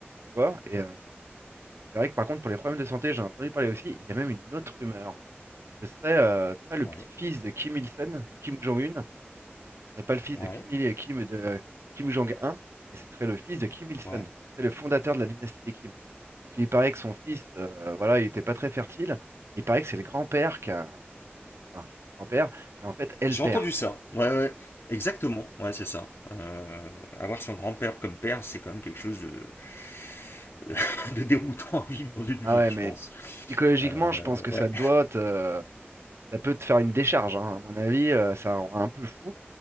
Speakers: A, on the right; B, on the left.
A: Tu vois? Et euh, c'est vrai que par contre, pour les problèmes de santé, j'en ai entendu parler aussi. Il y a même une autre rumeur. Ce serait euh, pas le
B: ouais,
A: petit-fils de Kim Il-sung, c'est Kim Jong-un. n'est pas le fils
B: ouais.
A: de Kim, Il- Kim, de, Kim Jong-un, mais ce serait le fils de Kim Il-sung.
B: ouais.
A: C'est le fondateur de la dynastie des Kim. Parce qu'il paraît que son fils, euh, voilà, il n'était pas très fertile. Il paraît que c'est le grand-père qui a, enfin, le grand-père qui est en fait est le
B: J'ai
A: père.
B: entendu ça. Ouais, ouais. Exactement, ouais, c'est ça. Euh, avoir son grand-père comme père, c'est quand même quelque chose de, <laughs> de déroutant à vivre dans une
A: Ah
B: vie,
A: ouais,
B: je
A: mais
B: pense.
A: psychologiquement,
B: Euh,
A: je pense que ça
B: ouais,
A: doit. te, Ça peut te faire une décharge, hein. À mon avis, euh, ça rend un peu fou.